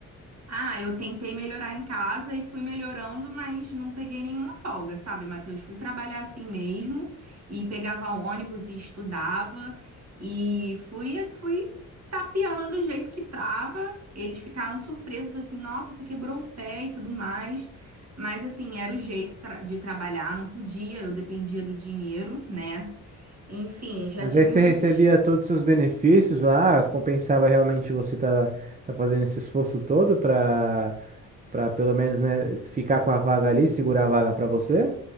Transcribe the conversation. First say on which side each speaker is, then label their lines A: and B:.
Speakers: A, on the right; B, on the right.
A: Ah, eu tentei melhorar em casa e fui melhorando, mas não peguei nenhuma folga, sabe, Matheus? Fui trabalhar assim mesmo e pegava ônibus e estudava e fui, fui tapeando do jeito que tava. Eles ficaram surpresos assim, nossa, você quebrou o pé e tudo mais. Mas assim, era o jeito tra- de trabalhar, não podia, eu dependia do dinheiro, né? Enfim, já
B: Mas
A: tive
B: aí você
A: muitos.
B: recebia todos os seus benefícios lá, compensava realmente você tá, tá fazendo esse esforço todo para para pelo menos, né, ficar com a vaga ali, segurar a vaga para você?